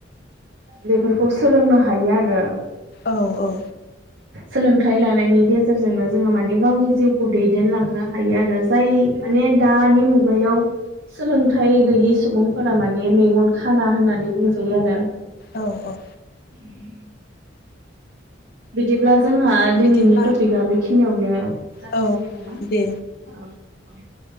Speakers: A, on the right; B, on the left.
A: बेफोर सोलोंनो हायो आरो।
B: औ औ
A: सोलोंथाइ लानायनि गेजेरजोंनो जोङो माने गावनि जिउखौ दैदेन लांनो हायो आरो जाय माने दानि मुगायाव सोलोंथाइ गैयि सुबुंफोरा माने मेगन खाना होननानै बुंजायो आरो।
B: औ औ
A: ओम बिदिब्ला जोंहा दिनैनि
B: बिदिब्ला
A: टपिकआ बेखिनियावनो जाथ'सिगोन
B: औ
A: नामा
B: दे
A: औ औ